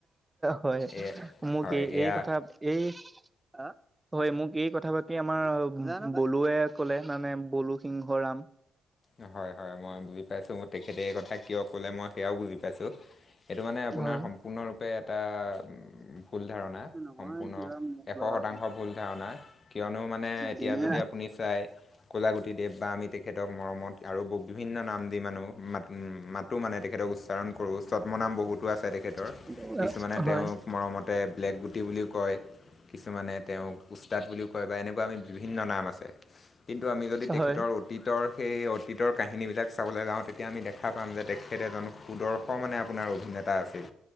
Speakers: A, on the right (about 20°); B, on the left (about 45°).
A: হয়
B: এয়া
A: মোক
B: হয়
A: এই
B: এয়া
A: এই কথা এই আ হয় মোক এই কথা পাতি আমাৰ বলুৱে কলে মানে বলু সিংহ ৰাম।
B: অ হয় হয় মই বুজি পাইছোঁ মোক তেখেতে এই কথা কিয় ক'লে মই সেয়াও বুজি পাইছোঁ। সেইটো মানে আপোনাৰ
A: হয়।
B: সম্পূৰ্ণৰূপে এটা ভুল ধাৰণা
A: নহয়
B: সম্পূৰ্ণ।
A: কিবা মোক
B: এশ
A: লগা
B: শতাংশ ভুল ধাৰণা কিয়নো মানে এতিয়া
A: যোনে
B: যদি আপুনি চায় ক'লাগুটি দেৱ বা আমি তেখেতক মৰমত আৰু ব বিভিন্ন নাম দি মানুহ মাত মাত তো মানে তেখেতক উচ্চাৰণ কৰোঁ চদ্মনাম বহুতো আছে তেখেতৰ,
A: ৰাখিব
B: কিছুমানে তেওঁক
A: হয়
B: মৰমত তে ব্লেক গুটি বুলি কয়, কিছুমানে তেওঁক উস্তাদ বুলি কয় বা এনে <unintelligible> বিভিন্ন নাম আছে কিন্তু আমি যদি তেখেতৰ
A: হয়
B: অতীতৰ সেই অতীতৰ কাহিনীবিলাক চাবলৈ যাওঁ তেতিয়া আমি দেখা পাম যে তেখেত এজন সুদৰ্শ মানে আপোনাৰ অভিনেতা আছিল।